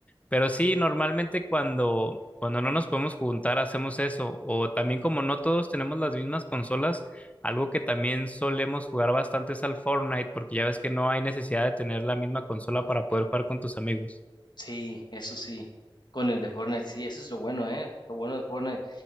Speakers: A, on the left; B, on the left.
A: Pero sí, normalmente cuando, cuando no nos podemos juntar hacemos eso. O también como no todos tenemos las mismas consolas, algo que también solemos jugar bastante es al Fortnite, porque ya ves que no hay necesidad de tener la misma consola para poder jugar con tus amigos.
B: sí, eso sí. Con el de Fortnite, sí, eso es lo bueno, ¿eh? Lo bueno de Fortnite.